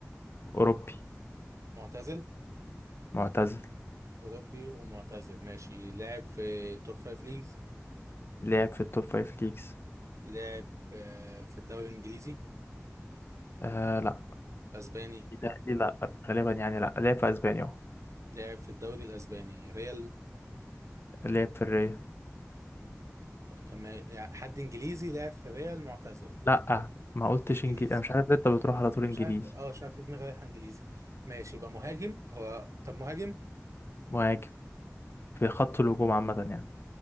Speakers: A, on the left; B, on the right.
A: اوروبي
B: معتزل
A: معتزل
B: اوروبي ومعتزل ماشي لاعب في توب فايف ليجز
A: لعب في التوب 5 ليجز
B: لاعب آه... في الدوري الانجليزي
A: آه لا
B: اسباني
A: إيطالي لا غالبا يعني لا لعب في اسبانيا اهو
B: لاعب في الدوري الاسباني ريال
A: لعب في الريال
B: تم... يعني حد انجليزي لاعب في ريال معتزل
A: لا ما قلتش
B: مش انجليزي
A: انجليزي انا مش عارف ليه انت بتروح على طول
B: انا
A: انجليزي
B: مش عارف اه مش عارف ليه دماغي رايحه انجليزي ماشي يبقى مهاجم هو طب مهاجم
A: مهاجم في خط الهجوم عامة يعني